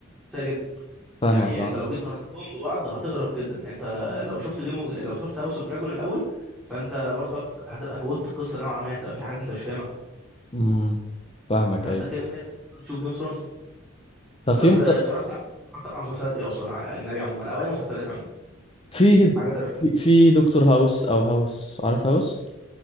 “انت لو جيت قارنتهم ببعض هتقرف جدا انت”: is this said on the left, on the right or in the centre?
Centre